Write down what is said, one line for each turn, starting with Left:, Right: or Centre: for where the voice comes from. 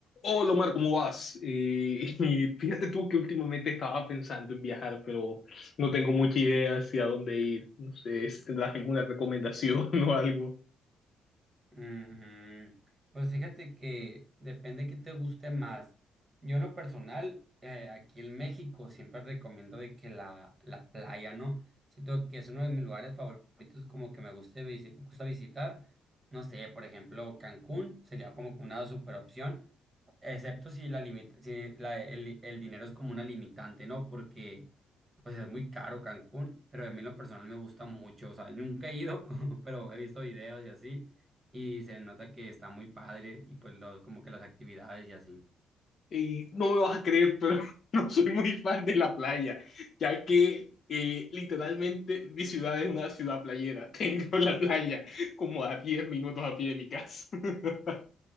Left: Hola Omar, ¿cómo vas? Eh, <laughs> y fíjate tú que últimamente estaba pensando en viajar, pero no tengo mucha idea hacia dónde ir. No sé si tendrás alguna recomendación <laughs> o algo.
Right: Mm, pues fíjate que depende qué te guste más. Yo en lo personal, eh, aquí en México siempre recomiendo de que la, la playa, ¿no? Siento que es uno de mis lugares favoritos, como que me guste visi- me gusta visitar. No sé, por ejemplo, Cancún sería como que una super opción, excepto si la limita, si la, el, el dinero es como una limitante, ¿no? Porque pues es muy caro Cancún, pero a mí en lo personal me gusta mucho, o sea, nunca he ido, <laughs> pero he visto videos y así, y se nota que está muy padre y pues los, como que las actividades y así.
Left: Y no me vas a creer, pero <laughs> no soy muy fan de la playa, ya que eh, literalmente mi ciudad es una ciudad playera. <laughs> Tengo la playa como a 10 minutos a pie de mi casa. <laughs>